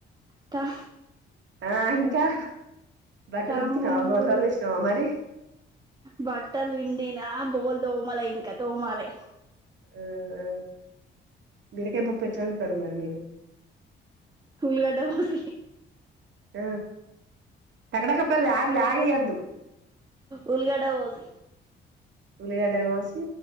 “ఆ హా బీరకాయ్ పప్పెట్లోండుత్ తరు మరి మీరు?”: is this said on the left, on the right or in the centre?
Right